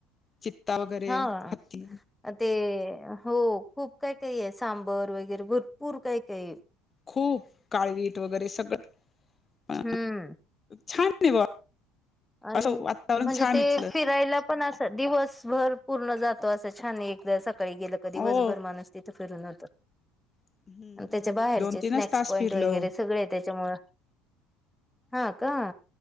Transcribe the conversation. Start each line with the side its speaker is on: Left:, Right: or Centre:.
Left: चित्ता वगैरे.
Centre: हा
Left: हत्ती.
Centre: अ ते, हो खूप काही काहीये. सांबर वगैरे भरपूर काही काही ये.
Left: खूप काळवीट वगैरे सगळं. अ
Centre: हम्म.
Left: छान आहे बा
Centre: अन्
Left: असं वातावरण
Centre: म्हणजे
Left: छान
Centre: ते
Left: इथलं
Centre: फिरायला पण अस दिवसभर पूर्ण जातो. असं छान एकदा सकाळी गेलं का दिवसभर
Left: हो
Centre: माणूस तिथं फिरून होतं.
Left: हम्म
Centre: आण त्याच्या
Left: आम्ही
Centre: बाहेरचे
Left: दोन
Centre: स्नॅक्स
Left: तीनच तास
Centre: पॉइंट
Left: फिरलो
Centre: वगैरे सगळय. त्याच्यामुळ हा का?